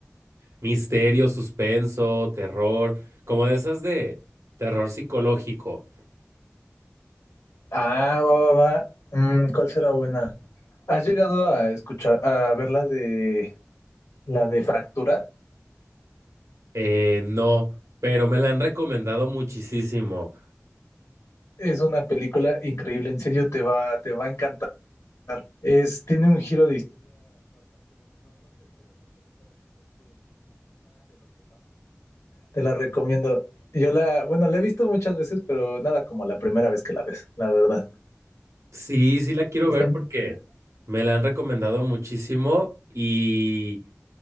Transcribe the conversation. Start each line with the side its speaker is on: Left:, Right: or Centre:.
Right: misterio, suspenso, terror, como de esas de terror psicológico.
Left: Ah, va, va, va. Mm, ¿cuál será buena? ¿Has llegado a escuchar, a ver la de, la de Fractura?
Right: Eh, no, pero me la han recomendado muchísimo.
Left: Es una película increíble, en serio te va, te va a encantar. Es, tiene un giro Te la recomiendo. Yo la, bueno, la he visto muchas veces, pero nada como la primera vez que la ves, la verdad.
Right: Sí, sí la quiero
Left: Está
Right: ver
Left: muy
Right: porque
Left: chida.
Right: me la han recomendado muchísimo y